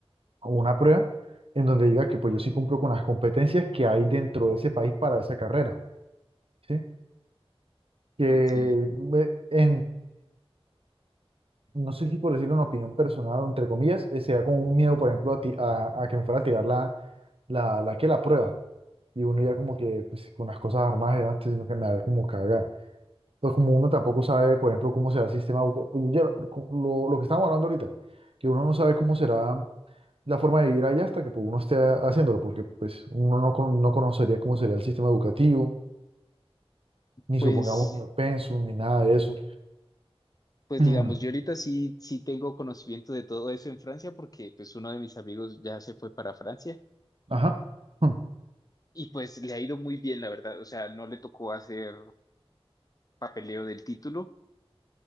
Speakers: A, on the right; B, on the left.
A: o una prueba en donde diga que pues yo sí cumplo con las competencias que hay dentro de ese país para esa carrera, ¿sí? Que
B: Ok,
A: me- en, no sé si por decir una opinión personal o entre comillas, eh, sea como un miedo, por ejemplo, a, ti- a, a que me fuera a tirar la, la, la, que la prueba. Y uno ya como que pues, con las cosas armadas delante sino me da como caga. Entonces como uno tampoco sabe, por ejemplo, cómo será el sistema, educa- yo- co- lo, lo que estábamos hablando ahorita, que uno no sabe cómo será la forma de vivir allá hasta que pues, uno esté haciéndolo, porque pues uno no, con- no conocería cómo sería el sistema educativo, ni
B: pues.
A: supongamos ni el pensum, ni nada de eso.
B: Pues
A: <clears throat>
B: digamos, yo ahorita sí, sí tengo conocimiento de todo eso en Francia porque pues uno de mis amigos ya se fue para Francia
A: Ajá. <clears throat>
B: y pues le ha ido muy bien, la verdad. O sea, no le tocó hacer papeleo del título